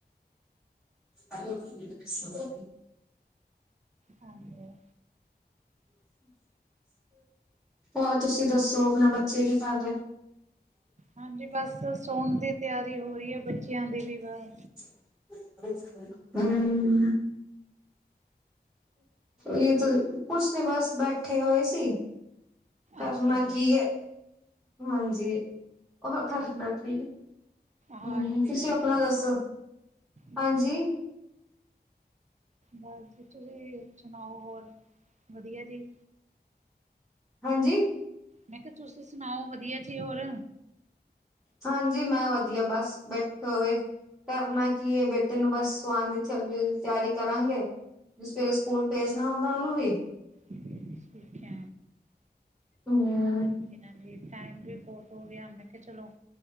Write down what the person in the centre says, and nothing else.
ਅ <inaudible>
ਹੋਰ ਤੁਸੀਂ ਦੱਸੋ ਆਪਣੇ ਬੱਚੇ ਕੀ ਕਰਦੇ ਨ?
ਹਮ <inaudible> ਇਹ ਕੁਛ ਨੀ ਬਸ ਬੈਠੇ ਹੋਏ ਸੀ ਕਰਨਾ
ਕੀ ਹੈ ਹਾਂਜੀ ਉਹ ਕਰਦਾ
ਫਿ
ਹੂ ਤੁਸੀਂ ਆਪਣਾ ਦੱਸੋ
ਹਾਂਜੀ
ਹਾਂਜੀ
ਹਾਂਜੀ ਮੈਂ ਵਧੀਆ ਬਸ ਬੈਠੇ ਹੋਏ ਕਰਨਾ ਕੀ ਹੈ ਬੇਟੇ ਨੂੰ ਬਸ ਸਵਾਣ ਦੀ ਅੱਛਾ ਉਹਦੀ ਤਿਆਰੀ ਕਰਾਂਗੇ ਸਵੇਰੇ ਸਕੂਲ ਭੇਜਣਾ ਹੁੰਦਾ ਉਹਨੂੰ ਵੀ
ਹਮ